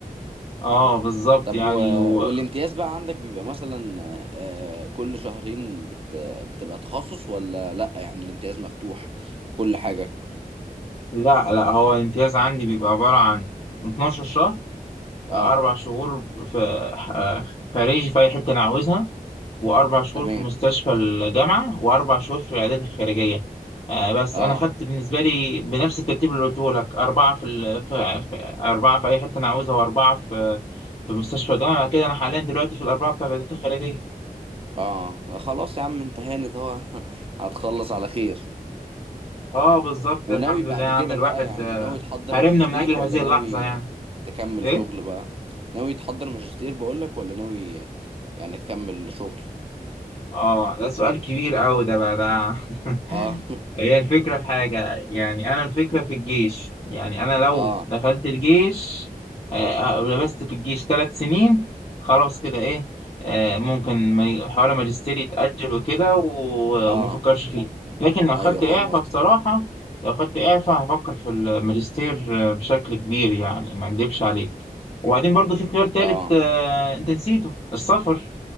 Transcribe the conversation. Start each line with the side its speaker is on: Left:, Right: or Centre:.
Left: اه بالظبط
Right: طب
Left: يعني
Right: و...
Left: و...
Right: والامتياز بقى عندك بيبقى مثلا آه، كل شهرين بت... بتبقى تخصص ولا لا يعني الامتياز مفتوح كل حاجة
Left: لا لا هو الامتياز عندي بيبقى عباره عن 12 شهر
Right: اه
Left: اربع شهور في آه، خارجي في اي حته انا عاوزها وأربع شهور
Right: تمام
Left: في مستشفى الجامعة وأربع شهور في العيادات الخارجية آه، بس
Right: اه
Left: أنا خدت بالنسبة لي بنفس الترتيب اللي قلته لك أربعة في, ال... في... في أربعة في أي حتة أنا عاوزها وأربعة في في مستشفى الجامعة بعد كده أنا حاليا دلوقتي في الأربعة بتاع العيادات الخارجية
Right: اه خلاص يا عم انت هانت اهو <laughs> هتخلص على خير
Left: أه بالظبط
Right: وناوي
Left: الحمد
Right: بعد
Left: لله يا عم
Right: كده
Left: الواحد
Right: بقى يعني
Left: آه،
Right: ناوي تحضر
Left: هرمنا
Right: ماجستير
Left: من أجل
Right: ولا
Left: هذه
Right: ناوي
Left: اللحظة يعني
Right: آه، تكمل
Left: إيه
Right: شغل بقى ناوي تحضر ماجستير بقولك ولا ناوي آه، يعني تكمل شغل
Left: اه ده سؤال كبير قوي ده بقى ده <laughs>
Right: اه
Left: هي الفكرة في حاجة يعني أنا الفكرة في الجيش يعني أنا
Right: <laughs>
Left: لو
Right: اه
Left: دخلت الجيش آه، آه، لبست في الجيش ثلاث سنين خلاص كده إيه آه، ممكن ما- حوار ماجستير يتأجل وكده و-
Right: اه
Left: وما أفكرش فيه لكن لو خدت
Right: ايوه فاهم
Left: إعفاء
Right: قصدك
Left: بصراحة لو خدت إعفاء هفكر في الماجستير آه، بشكل كبير يعني ما أكدبش عليك وبعدين برضو في خيار تالت
Right: اه
Left: آه، أنت نسيته السفر